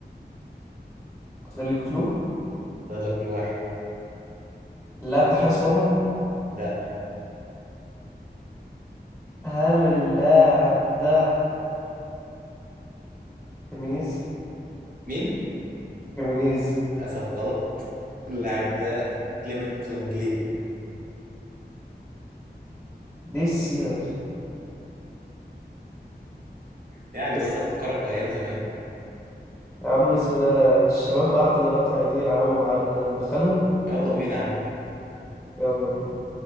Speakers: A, in the centre; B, on the right (about 50°).
A: فاضل لي كلو
B: فاضل لك الواحد
A: اللاعب ده حارس مرمى
B: لا
A: هل اللاعب ده خيمينيز
B: مين
A: خيمينيز
B: للاسف غلط اللاعب ده كليمنت لونجلي
A: ليه السيرة دي
B: يعني
A: بس
B: قلت افكرك بايام زمان
A: يا عم اسمه ده الشباب بعت دلوقتي عايزين يلعبوا معانا ندخلهم
B: يلا بينا يا عم
A: يلا بينا